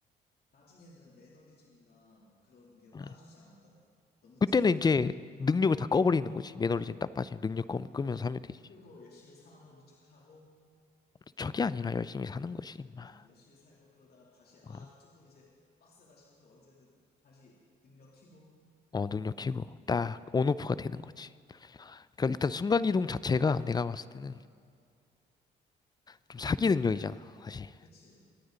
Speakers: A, on the left; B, on the left.
A: 나중에는 매너리즘이나 그런 게
B: 응.
A: 빠지지 않을까? 너무,
B: 그때는
A: 치-
B: 이제 능력을
A: 음.
B: 다 꺼버리는 거지. 매너리즘 딱 빠지면 능력
A: 아, 아,
B: 꺼, 끄면서 하면 되지.
A: 고 열심히 살아보는 척하고,
B: 척이 아니라 열심히 사는 거지, 임마.
A: 아, 열심히 살고, 그러다가 다시, 아,
B: 어,
A: 조금 이제 빡세다 싶으면 언제든 다시 능력 키고,
B: 어, 능력 키고 딱 온오프가 되는 거지. 그러니까 일단 순간이동 자체가 내가 봤을
A: 어,
B: 때는 좀 사기 능력이잖아, 사실.
A: 그치.